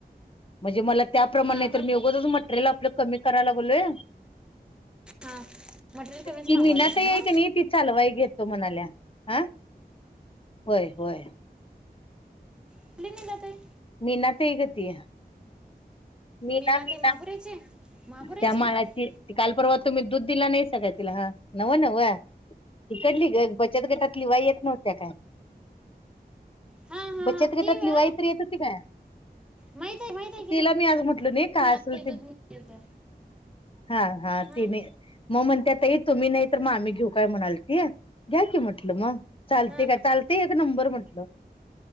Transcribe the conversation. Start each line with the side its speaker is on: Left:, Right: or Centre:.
Left: म्हणजे मला त्याप्रमाणे
Centre: हां
Left: तर मी उगचच म्हण मटरेल आपलं कमी करा लागलोय
Centre: हां मटेरियल कमीच
Left: कि
Centre: मागवायलास
Left: मीनात
Centre: ना
Left: ये कि नाही ती चालवाई घेतो म्हणाल्या. आ होय होय.
Centre: कुठंली मीना ताई?
Left: मीना ताई ग ती. मीना
Centre: मी ना
Left: मीना
Centre: ते महापुराची महापुराची
Left: त्या
Centre: हां
Left: मालाची काल परवा तुम्ही दूध. दिला नाही सा का तिला हा नवं नव. तिकडली ग. बचत गटात लिवाई येत नव्हत्या काय
Centre: हां हां
Left: बचत
Centre: हां
Left: गटात
Centre: ती व
Left: लिवाई तर येत होती काय.
Centre: माहीत आहे माहीत आहे की
Left: तिला
Centre: ती
Left: मी आज म्हटल काय
Centre: मी ना
Left: असेल
Centre: दूध
Left: ते
Centre: नेली होत्या
Left: हा हा
Centre: हां
Left: ती म मग म्हणतात त तुम्ही
Centre: हां
Left: नाही तर मग आम्ही घेऊ काय म्हणाल ते द्याकी म्हटलं म चालतय
Centre: हां
Left: का चालतय. नंबर म्हंटलंं